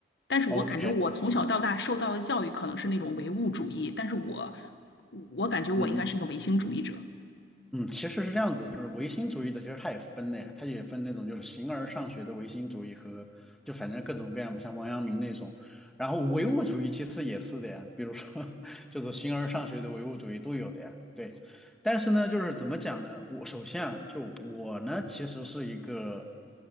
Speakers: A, on the left (about 60°); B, in the centre.
A: 但是我感觉我从小到大受到的教育可能是那种唯物主义，
B: ，OK，
A: 但是我，我感觉我应该是个唯心主义者。
B: 嗯嗯，其实是这样子的，就是唯心主义的，其实它也分的呀，它也分那种就是形而上学的唯心主义和就反正各种各样的像王阳明那种，然后唯物主义其实也是的呀，比如说 <laughs> 就是形而上学的唯物主义都有的呀，对。但是呢，就是怎么讲呢？我首先啊，就我呢，其实是一个